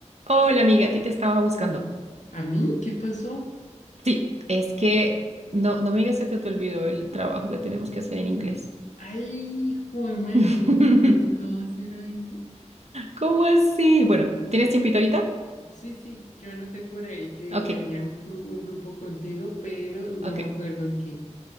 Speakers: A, on the right (about 65°); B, on the left (about 85°).
A: Hola amiga, a ti te estaba buscando.
B: ¿A mí? ¿Qué pasó?
A: Sí, es que no, no me digas que te, te olvidó el trabajo que tenemos que hacer en inglés.
B: Ay, joder, madre,
A: <laughs>
B: no, ¿qué tocaba hacer ahí?
A: ¿Cómo así? Bueno, ¿tienes tiempito ahorita?
B: Sí, sí, yo anoté por ahí que
A: Ok,
B: tenía un, cru- un grupo contigo, pero no
A: ok.
B: me acuerdo en qué.